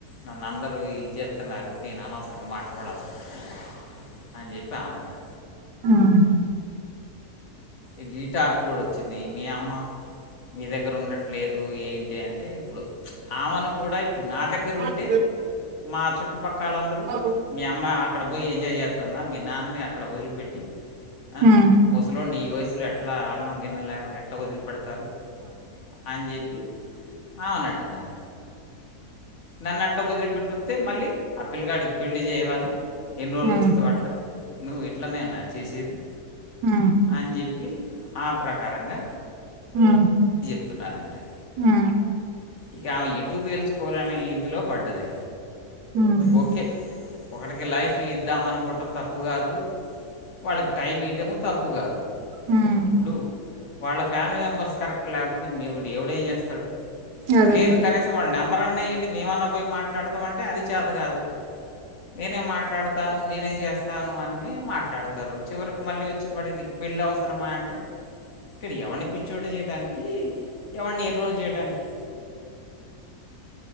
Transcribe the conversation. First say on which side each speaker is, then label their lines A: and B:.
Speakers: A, on the left; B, on the right.
A: నన్ను అందరూ ఇది చేస్తున్నారు నేను అనవసరంగా మాట్లాడాల్సి వస్తుంది అని చెప్పి ఆమంటా
B: హ్మ్. హ్మ్.
A: ఈ గీటా ఆపి కూడా వచ్చింది మీ అమ్మ మీ దగ్గర ఉండట్లేదు ఏంటి అంటే ఇప్పుడు ఆమెను కూడా ఇప్పుడు నా దగ్గర ఉంటే
B: హ్మ్.
A: మా చుట్టుపక్కలందరూ
B: అవును.
A: మీ అమ్మ అక్కడ పోయి ఎంజాయ్ చేత్తందా మీ నాన్న ఎక్కడ పోయి పెట్టి ఆ
B: హ్మ్.
A: మొసలోన్ని న వై అసలు ఎట్లా అన్నం గిన్నె లేకుండా ఎట్లా వదిలిపడతంది చెస్తారు అని చెప్పి అవునంటున్నారు నన్నట్ట వదిలి పెెట్టిస్తే మళ్ళీ ఆ పిల్లకాడికి పెళ్లి చేయవా నువ్వు ఎన్ని రోజులు
B: హ్మ్.
A: చుత్త
B: హ్మ్.
A: అట్ల నువ్వు ఇట్లానే ఉన్నా అది చేసేది
B: హ్మ్.
A: అని చెప్పి ఆ ప్రకారంగా
B: హ
A: చూత్తానంటే
B: ఆ
A: ఇక ఆమె ఎటు తెలుసుుకోవాలనే ఇదిలో పడ్డది
B: హ్మ్. హ్మ్.
A: ఓకే ఒకడికి లైఫ్ ఇద్దాం అనుకోవటం తప్పు కాదు వాళ్ళకి టైం ఈ టము తప్పు కాదు
B: హ్మ్.
A: ఇప్పుడు వాళ్ళ ఫ్యామిలీ మెంబర్స్ కరెక్ట్ లేకపోతే ఎడు ఎవడు ఏం చేస్తాడు
B: అదేలే
A: లేదు కనీసం వాళ్ళ నెంబర్ అన్నా ఇయ్యండి మేమన్న పోయి మాట్లాడతాం అంటే అది చేత కాదు నేనే మాట్లాడు ఇస్తాను నేనే చేస్తాను అని మాట్లాడతారు చివరికి మళ్ళీ వచ్చే అప్పటికి నీకు పెళ్ళి అవసరమా అంటే ఇక్కడ ఎవరిని పిచ్చోళ్ళని చేయడానికి ఎవరిని ఎర్రోన్ని చేయటానికి